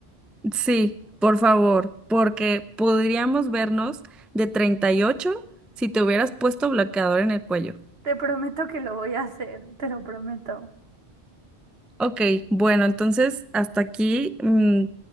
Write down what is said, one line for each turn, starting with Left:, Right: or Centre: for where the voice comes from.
Centre: Sí, por favor, porque podríamos vernos de 38 si te hubieras puesto bloqueador en el cuello.
Right: Te prometo que lo voy a hacer, te lo prometo.
Centre: Ok, bueno, entonces hasta aquí mm,